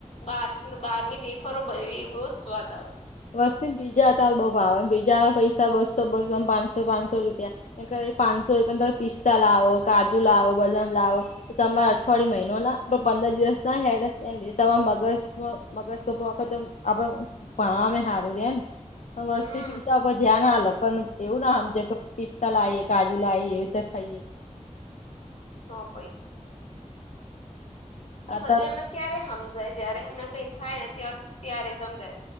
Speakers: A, on the left; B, on the left.
A: બહાર બહારની બેેફારો બધ બહ જ સ્વાદ આવે.
B: વસ્ બીજા અાર બઉુ ભાવ બીજા ના પૈસા બસો બસોને પાંચસો પાંચસો રૂપિયા એ કર પાંચસો રૂપિયા ત પિસ્તા લાવો, કાજુ લાવો, બદામ લાવો તમારા અઠવાડય મહિનો ના પંદર દિવસ ના હે લીધે તમા મગજ મગજ તો આખ આપડ ભણમે સારું રે ને પણ
A: હમ
B: વસ્તી પીતાધ ધ્યાન આલ પણ એવું ના આ જે પિસ્તા લ એ કાજુ લ એ એવું તો ખાઈએ
A: તો ભાઈ એ
B: આ
A: બધું એમને ક્યારે સમજાય જય્યારે એમને કઈ થાય ને ત્યારે સમજાય